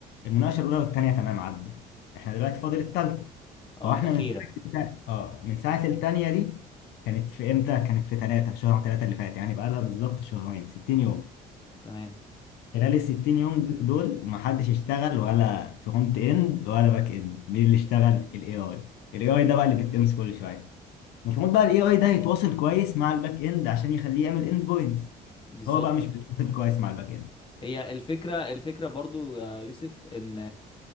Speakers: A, on the left (about 80°); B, on the left (about 30°).
A: المناقشه الاولى والثانيه تمام عدوا احنا دلوقتي فاضل الثالثه
B: اه
A: هو احنا
B: الأخيرة
A: من ساعة اه من ساعة التانية دي كانت في امتى؟ كانت في تلاتة شهر تلاتة اللي فات يعني بقالها بالظبط شهرين 60 يوم
B: تمام
A: خلال ال 60 يوم د- دول ما حدش اشتغل ولا فرونت اند ولا باك اند مين اللي اشتغل؟ الاي اي الاي اي ده بقى اللي بيتقمص كل شوية المفروض بقى الاي اي ده يتواصل كويس مع الباك اند عشان يخليه يعمل اند بوينتس
B: بالظبط
A: هو بقى مش بيتواصل كويس مع الباك
B: هي الفكرة الفكرة برضو يا يوسف ان